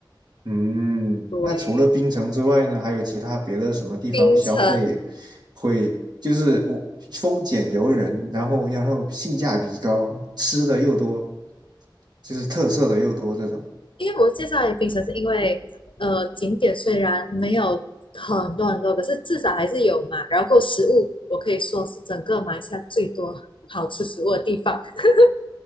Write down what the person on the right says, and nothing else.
嗯，
那除了槟城之外呢，还有其他别的什么地方消费会就是我丰俭由人，
然后然后性价比高，吃的又多，就是特色的又多这种。